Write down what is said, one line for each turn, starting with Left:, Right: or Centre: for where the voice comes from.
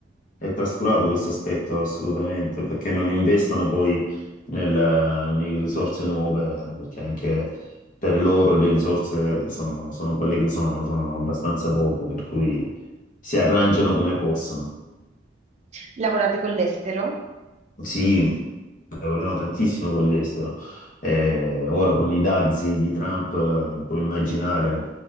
Left: È trascurato questo aspetto assolutamente, perché non investono poi nel- in risorse nuove, perché anche per loro le risorse sono, sono quelle che sono, sono abbastanza poche, per cui si arrangiano come possono.
Right: Lavorate con l'estero?
Left: Sì, lavoriamo tantissimo con l'estero. Eh, ora con i dazi di Trump eh, puoi immaginare